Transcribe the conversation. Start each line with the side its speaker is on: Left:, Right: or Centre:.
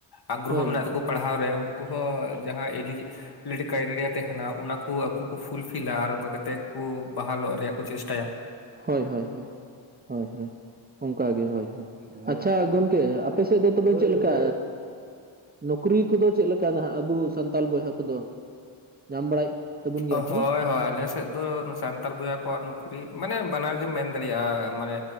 Left: ᱟᱜᱽᱨᱚᱦᱚ
Right: ᱦᱳᱭ
Left: ᱢᱮᱱᱟᱜ ᱛᱟᱠᱚ ᱯᱟᱲᱦᱟᱣ ᱨᱮ ᱩᱱᱠᱩ ᱦᱚᱸ ᱡᱟᱦᱟᱸ ᱮ ᱵᱞᱰᱤ ᱠᱨᱟᱭᱴᱮᱨᱤᱭᱟ ᱛᱟᱦᱮᱱᱟ ᱚᱱᱟᱠᱩ ᱟᱠᱚ ᱠᱚ ᱯᱷᱩᱞ ᱯᱷᱤᱞᱟ ᱟᱨ ᱚᱱᱠᱟᱛᱮᱫ ᱠᱟᱟᱛ ᱠᱚ ᱵᱟᱦᱟᱞᱚᱜ ᱨᱮᱭᱟᱜ ᱠᱚ ᱪᱮᱥᱴᱟᱭᱟ
Right: ᱦᱳᱭ ᱦᱳᱭᱳ ᱦᱳᱭ ᱚᱱᱠᱟᱜᱮ ᱦᱳᱭ ᱦᱳ ᱟᱪᱪᱷᱟ ᱜᱚᱢᱠᱮ ᱟᱯᱮ ᱥᱮᱫ ᱫᱚ ᱛᱚᱵᱮ ᱪᱮᱫᱞ ᱞᱮᱠᱟ ᱱᱚᱠᱨᱤ ᱠᱚᱫᱚ ᱪᱮᱫ ᱞᱮᱠᱟᱦᱜ ᱟᱵᱚ ᱥᱟᱱᱛᱟᱲ ᱵᱚᱭᱦᱟ ᱠᱚᱫᱚ ᱧᱟᱢ ᱵᱟᱲᱟᱭᱮᱫ ᱛᱟᱵᱚᱱ
Left: ᱦᱳᱭ
Right: ᱜᱮᱭᱟ ᱠᱚ
Left: ᱦᱳᱭ ᱟᱞᱮ ᱥᱮᱫ ᱫᱚ ᱥ ᱥᱟᱱᱛᱟᱞ ᱵᱚᱭᱦᱟ ᱠᱚᱣᱟᱜ ᱱᱩᱠᱨᱤ ᱢᱟᱱᱮ ᱵᱟᱱᱟᱨ ᱜᱮᱢ ᱢᱮᱱ ᱫᱟᱲᱮᱭᱟᱜᱼᱟ ᱢᱟᱱᱮ